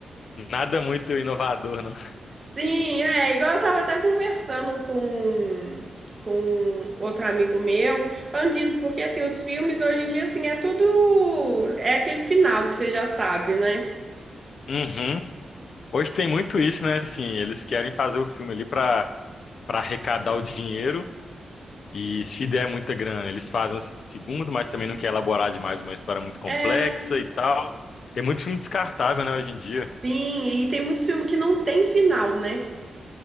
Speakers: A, on the left; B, on the right.
A: nada muito inovador, não.
B: Sim, é, igual eu tava até conversando com, com outro amigo meu, falando disso, porque, assim, os filmes hoje em dia, assim, é tudo... É aquele final que você já sabe, né?
A: Uhum. Hoje tem muito isso, né? Assim, eles querem fazer o filme ali pra para arrecadar o dinheiro. E se der muita grana, eles fazem o segundo, mas também não quer elaborar demais uma história muito complexa
B: É, é.
A: e tal. Tem muito filme descartável, né, hoje em dia.
B: Sim, e tem muitos filmes que não tem final, né?